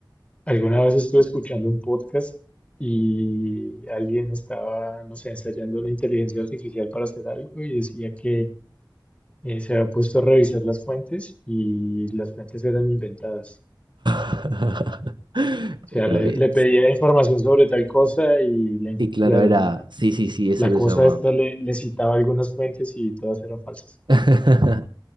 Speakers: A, on the left; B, on the right.
A: Alguna vez estuve escuchando un podcast y alguien estaba, no sé, ensayando la inteligencia artificial para hacer algo y decía que eh, se había puesto a revisar las fuentes y las fuentes eran inventadas.
B: <laughs>
A: O
B: Pero,
A: sea, le,
B: eh,
A: le pedía información sobre tal cosa y la, inf-
B: y claro,
A: la-
B: era.
A: la-
B: Sí, sí, sí, eso
A: la
B: creo
A: cosa
B: que se llama.
A: esta le, le citaba algunas fuentes y todas eran falsas.
B: <laughs>